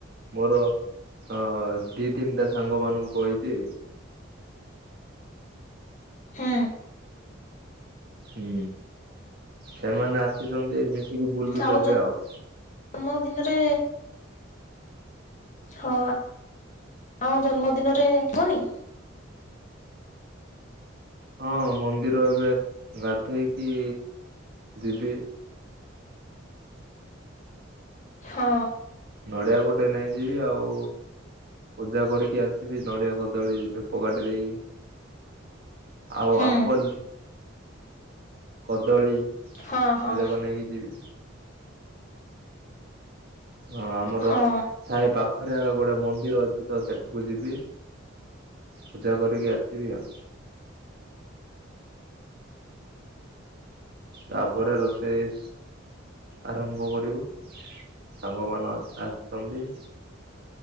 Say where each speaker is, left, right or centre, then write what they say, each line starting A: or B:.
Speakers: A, on the right; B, on the left.
A: ମୋର ଅ ଦି ତିନିଟା ସାଙ୍ଗ ମାନଙ୍କୁ କହିଚି।
B: ହୁଁ।
A: ହୁଁ ସେମାନେ ଆସିଛନ୍ତି ମିଶିକି ବୁଲୁଛୁ
B: ଆଉ
A: ଏବେ ଆଉ।
B: ଜନ୍ମଦିନରେ ହଁ ଆଉ ଜନ୍ମଦିନରେ କୁହନି।
A: ହଁ ମନ୍ଦିର ଏବେ ଗାଧେଇକି ଯିବି।
B: ହଁ।
A: ନଡିଆ ଗୋଟେ ନେଇଯିବି ଆଉ ପୂଜା କରିକି ଆସିବି ନଡ଼ିଆ କଦଳୀ ଧୂପ କାଟି ଦେଇ ଆଉ
B: ହୁଁ
A: ଆପଲ୍ କଦଳୀ ଏଇରାକ
B: ହଁ ହଁ
A: ନେଇକି ଯିବି। ହଁ ଆମର
B: ହଁ
A: ସାହି ପା ପାଖରେ ଆଗ ଗୋଟେ ମନ୍ଦିର ଅଛି ତ ସେଠାକୁ ଯିବି ପୂଜା କରିକି ଆସିବି ଆଉ। ତାପରେ ରୋଷେଇ ଆରମ୍ଭ କରିବୁ ସାଙ୍ଗ ମାନ ଆସିଚନ୍ତି।